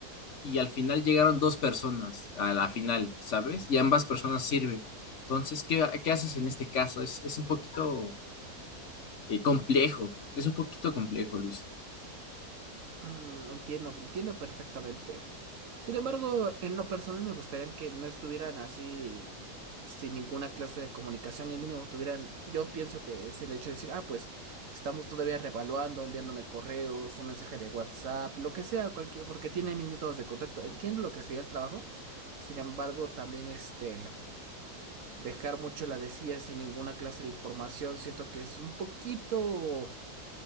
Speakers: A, on the left (about 50°); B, on the right (about 60°).
A: y al final llegaron dos personas a la final, ¿sabes? Y ambas personas sirven. Entonces, ¿qué, qué haces en este caso? Es, es un poquito eh, complejo, es un poquito complejo, Luis.
B: Mm, entiendo, entiendo perfectamente. Sin embargo, en lo personal me gustaría que no estuvieran así sin ninguna clase de comunicación y mínimo tuvieran, yo pienso que es el hecho de decir, ah, pues estamos todavía revaluando, enviándome correos, un mensaje de WhatsApp, lo que sea, cualquier, porque tiene mis métodos de contacto. Entiendo lo que sería el trabajo. Sin embargo, también este, dejar mucho la decía sin ninguna clase de información, siento que es un poquito